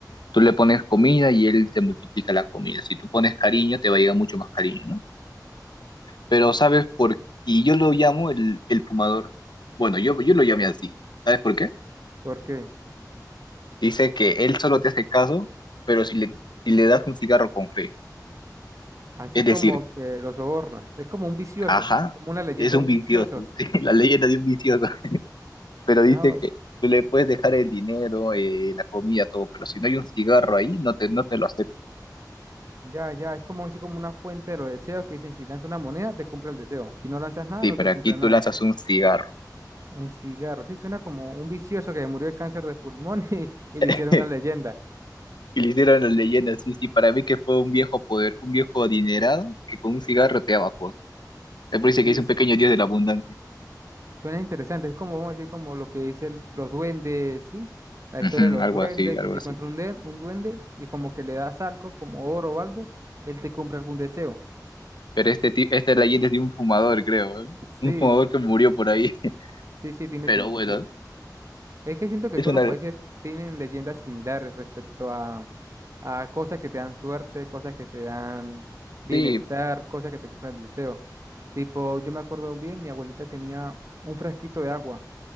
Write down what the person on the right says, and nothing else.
porque
así
como
que lo sobornas, es como un vicioso,
como una leyenda
de un
vicioso.
No,
ya, ya, es como así como una fuente de los deseos que dicen, si lanzas una moneda, te cumple el deseo. Si no lanzas nada,
no
te cumple
nada.
Un cigarro, sí, suena como un vicioso que murió de cáncer de pulmón <laughs> y, y
le hicieron una leyenda.
Sí,
Suena interesante, es como, vamos a decir, como lo que dicen los duendes, ¿sí? La
historia de los
duendes,
que si
encuentra un, den- un duende y como que le das algo, como oro o algo, él te cumple algún deseo.
Sí,
sí, sí, tiene
sentido.
Es que siento que
todos
los países tienen leyendas similares respecto a, a cosas que te dan suerte, cosas que te dan bienestar,
cosas que te cumplen el deseo. Tipo, yo me acuerdo bien, mi abuelita tenía un frasquito de agua,